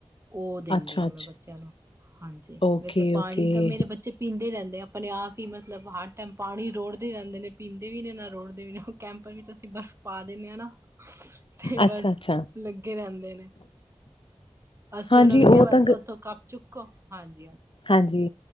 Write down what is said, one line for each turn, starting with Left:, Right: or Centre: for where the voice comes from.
Right: ਉਹ ਦਿੰਦੀ
Left: ਅੱਛਾ
Right: ਆ
Left: ਅੱਛਾ
Right: ਮੈਂ ਬੱਚਿਆਂ ਨੂੰ ਹਾਂਜੀ
Left: ਓਕੇ
Right: ਵੈਸੇ ਪਾਣੀ
Left: ਓਕੇ
Right: ਤਾਂ ਮੇਰੇ ਬੱਚੇ ਪੀਂਦੇ ਰਹਿੰਦੇ ਆਪਣੇ ਆਪ ਹੀ ਮਤਲਬ ਹਰ ਟਾਈਮ ਪਾਣੀ ਰੋੜਦੇ ਹੀ ਰਹਿੰਦੇ ਨੇ ਪੀਂਦੇ ਵੀ ਨੇ ਨਾ ਰੋੜਦੇ ਵੀ ਨੇ ਕੈਂਪ ਵਿੱਚ ਅਸੀਂ ਬਰਫ਼ ਪਾ ਦੇਦੇ ਹ ਹਨਾ ਤੇ
Left: ਅੱਛਾ-ਅੱਛਾ
Right: ਬਸ ਲੱਗੇ ਰਹਿੰਦੇ ਨੇ ਅਸੀਂ
Left: ਹਾਂਜੀ
Right: ਉਹਨਾ ਨੂੰ
Left: ਉਹ
Right: ਕਿਹਾ ਵ
Left: ਤਾਂ ਗ
Right: ਉੱਥੋਂ ਕੱਪ ਚੁੱਕੋ ਹਾਂਜੀ
Left: ਹਾਂਜੀ